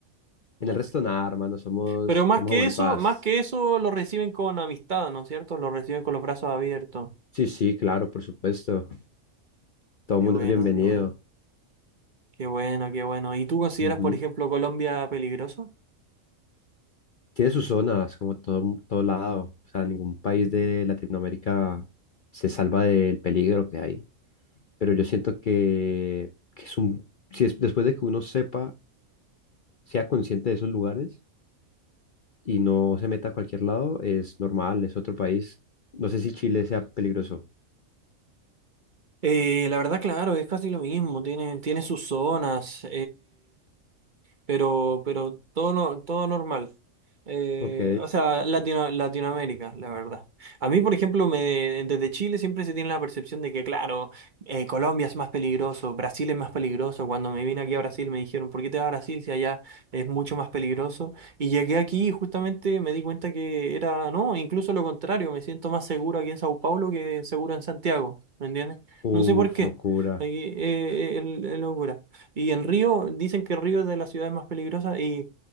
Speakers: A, on the right; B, on the left.
A: claro.
B: En el resto nada, hermano, somos,
A: Pero más
B: somos
A: que
B: amor
A: eso,
B: y paz.
A: más que eso lo reciben con amistad, ¿no es cierto? Lo reciben con los brazos abiertos.
B: Sí, sí, claro, por supuesto. Todo
A: Qué
B: el mundo
A: bueno,
B: es bienvenido.
A: qué bueno. Qué bueno, qué bueno. ¿Y tú consideras,
B: Ujú.
A: por ejemplo, Colombia peligroso?
B: Tiene sus zonas, como todo, todo lado. O sea, ningún país de Latinoamérica se salva del peligro que hay. Pero yo siento que, que es un, si es, después de que uno sepa, sea consciente de esos lugares y no se meta a cualquier lado, es normal, es otro país. No sé si Chile sea peligroso.
A: Eh, la verdad, claro, es casi lo mismo. Tiene, tiene sus zonas. pero, pero todo, no, todo normal. Eh,
B: Ok.
A: o sea, Latino- Latinoamérica, la verdad. A mí, por ejemplo, me, desde Chile siempre se tiene la percepción de que, claro, eh, Colombia es más peligroso, Brasil es más peligroso. Cuando me vine aquí a Brasil me dijeron, ¿por qué te vas a Brasil si allá es mucho más peligroso? Y llegué aquí y justamente me di cuenta que era, no, incluso lo contrario, me siento más seguro aquí en Sao Paulo que seguro en Santiago, ¿me entiendes?
B: Uf,
A: No sé por qué.
B: locura.
A: Aquí, eh, eh, es- es locura. Y en Río, dicen que Río es de las ciudades más peligrosas y,